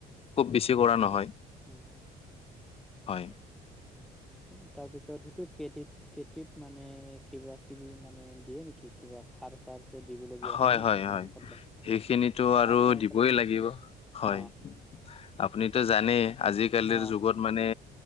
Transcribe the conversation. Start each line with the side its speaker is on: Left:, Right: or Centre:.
Left: খুব বেছি কৰা নহয়,
Centre: উম,
Left: হয়।
Centre: উ তাৰপিছত সেইটো খেতিত খেতিত মানে কিবা কিবি মানে দিয়ে নেকি কিবা? খাৰ চাৰ যে দিবলগীয়া
Left: হয়
Centre: ন।
Left: হয়
Centre: কাৰোবাক
Left: হয়
Centre: কাৰোবাক
Left: সেইখিনটো আৰু
Centre: আপোনাৰ
Left: দিবই
Centre: ফালে দি
Left: লাগিব। হয়।
Centre: অ',
Left: আপুনিতো জানেই আজিকালিৰ
Centre: অ', অ
Left: যুগত মানে